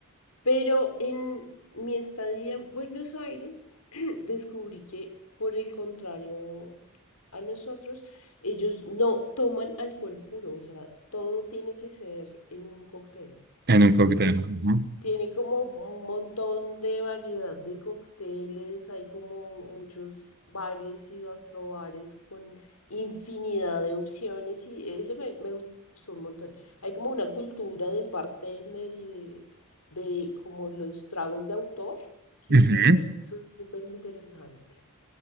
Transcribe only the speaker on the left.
Pero en mi estadía en Buenos Aires <clears throat> descubrí que, por el contrario a nosotros, ellos no toman alcohol puro, o sea, todo tiene que ser en un cóctel.
Entonces,
tiene como un montón de variedad de cócteles, hay como muchos bares y gastrobares con infinidad de opciones y eso me, me gustó un montón. Hay como una cultura del bartender y de, de como los tragos de autor que
me parece súper interesante.